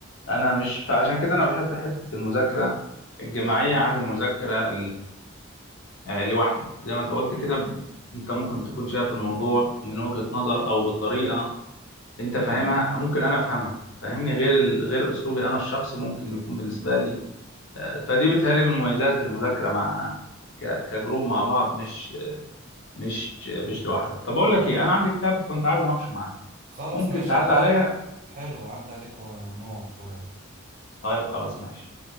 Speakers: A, on the left (about 60°); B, on the right (about 35°).
A: انا مش فعشان كده انا بحب حته المذاكره الجماعيه عن المذاكره آه، لوحدي زي ما انت قلت كده ب- انت ممكن تكون شايف الموضوع من وجهة نظر او بالطريقة انت فاهمها
B: اه
A: ممكن انا افهمها فاهمني غير ال... غير اسلوبي انا الشخصي ممكن يكون بالنسبة لي آه، فدي بتهيألي من مميزات المذاكرة مع ك... كجروب مع بعض مش مش مش لوحدك طب اقول لك
B: اه
A: ايه انا عندي كتاب كنت عايز اناقشه معاك
B: خلاص
A: ممكن
B: ماشي
A: تعدي
B: قد
A: عليا
B: حلو عدى عليك ونقعد شوية
A: طيب خلاص ماشي